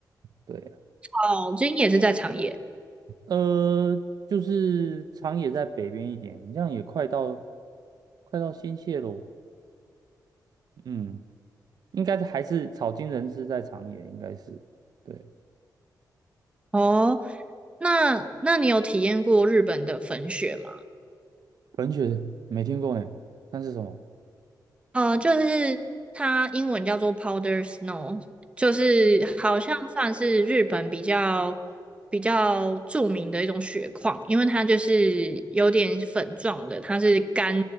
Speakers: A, on the right; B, on the right.
A: 对啊
B: 哦，今也是在长野。
A: 呃，就是长野在北边一点，好像也快到快到新泻喽。嗯，应该还是草津人是在长野，应该是对。
B: 哦，那那你有体验过日本的粉雪吗？
A: 冷血没听过呢，那是什么？
B: 呃，就是它英文叫做 powder snow，就是好像算是日本比较比较著名的一种雪况，因为它就是有点粉状的，它是干